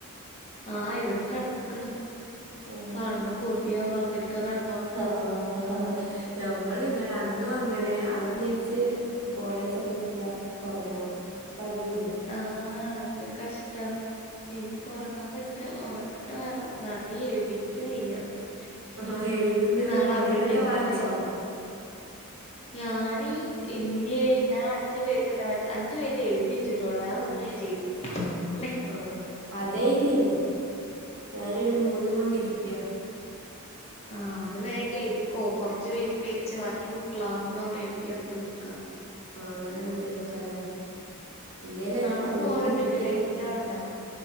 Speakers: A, on the left; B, on the right.
A: ആഹ് ഇവടിം കടന്ന്ക്ക്ണ്
B: ആഹ്
A: കാണുമ്പോ കൊതിയാവാ അങ്ങനെക്ക കട
B: ആഹ് ന്നമ്മൾ ഇങ്ങനെ അന്നും അങ്ങനെ അന്ന് വിചാരിച്ച് കോളേജൊക്ക എത്തിയാ ഒറങ്ങാന്ന് പ്പഅതുല്ല.
A: ആ എന്തൊരു കഷ്ടാ. ഇനിപ്പോ ഒറങ്ങാം പറ്റോ ഒറങ്ങട്ടെ വേഗം മതി എഴ്തി ക്ക് വയ്യ.
B: ആഹ്
A: ഇനി
B: എഴുതുന്നൊരു
A: നാളെ
B: എന്തേലൊക്കെ
A: അവടിട്ട് ഇര്ന്ന്ട്ട്
B: വായിച്ചോ
A: എഴ്താ. ഞാന് ഇല്ല്യേ ഞാ അഞ്ച് പേജ് അല്ലെ വായ് അഞ്ചു പേജ് എഴ്തി വച്ചിട്ടൊള്ളൂ വേറൊന്നും ഞാൻ ചെയ്തില്ല മ്മേ
B: ആഹ് അതയ്തീലേ ഞാനൊരു മൂന്നും കൊണ്ടിരിക്കാ.
A: ആഹ് അത് വേഗ എഴ്തിക്കോ കൊർച്ച് പേജ് എഴ്തിച്ച് ബാക്കി ക്ലാസ്സ്ന്നങ്ങട് എഴ്തിയട് തീർക്കാ.
B: ആഹ് അങ്ങനെ അങ്ങ് തീർക്കാലെ. എന്തേല ആയ്റ്റൊന്ന്
A: നാളെ
B: തീർന്ന്
A: പോരണ്ടിട്ട്
B: ക്ട്ടിയാ
A: ലേറ്റ്
B: മതി
A: ആവണ്ട